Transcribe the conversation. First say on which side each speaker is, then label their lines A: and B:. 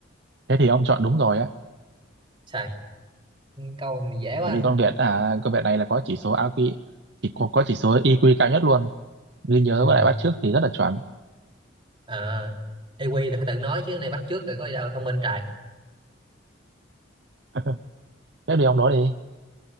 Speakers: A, on the right; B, on the right.
A: thế thì ông chọn đúng rồi á.
B: xài câu này dễ quá
A: Tại vì con Việt à, con Việt này là có chỉ số IQ chỉ có, có chỉ số IQ cao nhất luôn. Ghi nhớ
B: ừ.
A: với lại bắt chước thì rất là chuẩn.
B: à, EQ là phải tự nói chứ này bắt chước rồi có gì đâu thông minh trời
A: <laughs> Tiếp đi ông đó đi.